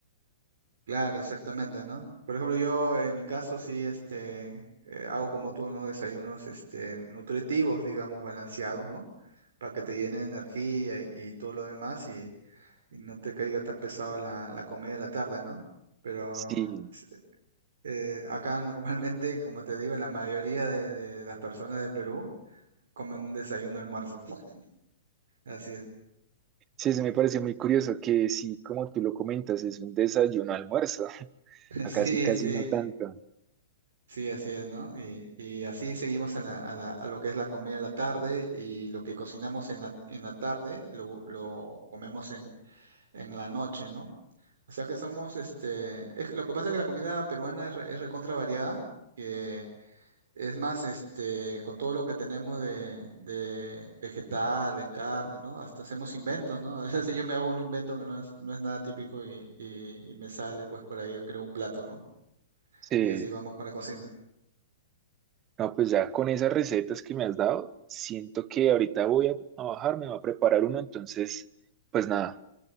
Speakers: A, on the right; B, on the right.
A: Claro, exactamente, ¿no? Por ejemplo, yo en mi caso sí, este, eh, hago como tú, ¿no? Desayunos, este, nutritivos, digamos, balanceados, ¿no? Para que te llene de energía y, y todo lo demás y, y no te caiga tan pesado la, la comida de la tarde, ¿no? Pero
B: Sí,
A: eh, acá <laughs> normalmente, como te digo, la mayoría de, de las personas de Perú comen un desayuno almuerzo. <laughs> Así es.
B: sí, eso me parece muy curioso que sí, como tú lo comentas, es un desayuno almuerzo, <laughs>
A: <laughs>
B: acá
A: Sí,
B: sí casi
A: sí,
B: no tanto.
A: sí, así es, ¿no? Y, y así seguimos a la, a la- a lo que es la comida de la tarde y lo que cocinamos en la, en la tarde lo, lo comemos en, en la noche, ¿no? O sea que somos, este, es- que lo que pasa es que la comida peruana es, re- es recontra variada, que es más, este, con todo lo que tenemos de, de vegetales, carne, ¿no? Hasta hacemos inventos, ¿no? <laughs> A veces yo me hago un invento que no es, no es nada típico y, y y me sale, pues por ahí yo creo un plato, ¿no?
B: Sí,
A: Y así vamos con la cocina.
B: no, pues ya con esas recetas que me has dado, siento que ahorita voy a, a bajar, me voy a preparar uno, entonces, pues nada.